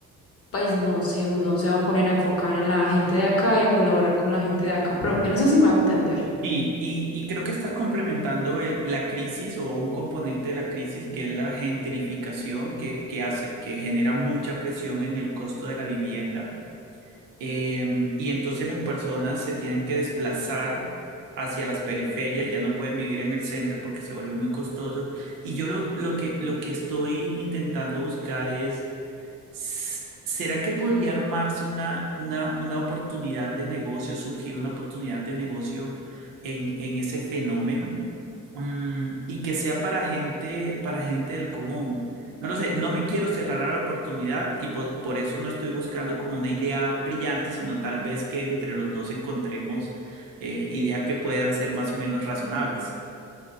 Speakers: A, on the left; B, on the right.
A: pues no se, no se va a poner a enfocar en la gente de acá y a colaborar con la gente de acá propia. No sé si me hago entender.
B: Sí, y, y creo que estás complementando el- la crisis o un componente de la crisis que es la gentrificación que, que hace, que genera mucha presión en el costo de la vivienda. Eh, y entonces las personas se tienen que desplazar hacia las periferias, ya no pueden vivir en el centro porque se vuelve muy costoso. Y yo lo, lo que, lo que estoy intentando buscar es S- ¿Será que podría armarse una, una, una oportunidad de negocio, surgir una oportunidad de negocio en, en ese fenómeno? Mm, y que sea para gente, para gente del común. No lo sé, no me quiero cerrar a la oportunidad y po- por eso no estoy buscando como una idea brillante, sino tal vez que entre los dos encontremos eh, ideas que puedan ser más o menos razonables.